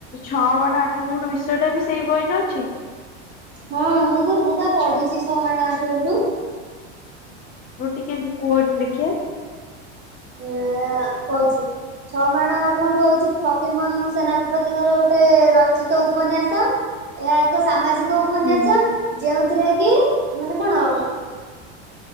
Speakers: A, on the left; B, on the right.
A: ଛଅ ମାଣ ଆଠ ଗୁଣ୍ଠ ବିଷୟା ଟା ବି ସେଇ ବହିରେ ଅଛି?
B: ହଁ ମୁଁ ତ ମୁଁ ପା ପଢିଛି ଛଅ ମାଣ ଆଠ ଗୁଣ୍ଠ।
A: ରୁ ଟିକେ କୁଅନି ଦେଖିବା?
B: ଏ କହୁଛି। ଛଅ ମାଣ ଆଠ ଗଣ୍ଠୁ ହଉଛି ଫକିରମୋହନ ସେନାପତିଙ୍କର ଗୋଟେ ରଚିତ ଉପନ୍ୟାସ। ଏହା ଏକ ସାମାଜିକ ଉପନ୍ୟାସ
A: ହୁଁ
B: ଯେଉଁଥିରେ କି ମାନେ କଣ?